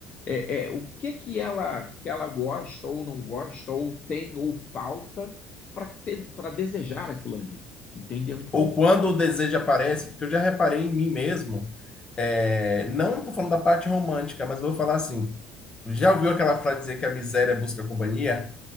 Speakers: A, on the left (about 40°); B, on the left (about 25°).
A: é, é, o que que ela, que ela gosta ou não gosta, ou tem ou falta para desejar aquilo ali, entendeu? Então,
B: Ou quando o desejo aparece, porque eu já reparei em mim mesmo, é, não estou falando da parte romântica, mas vou falar assim. Já ouviu aquela frase dizer que a miséria busca companhia?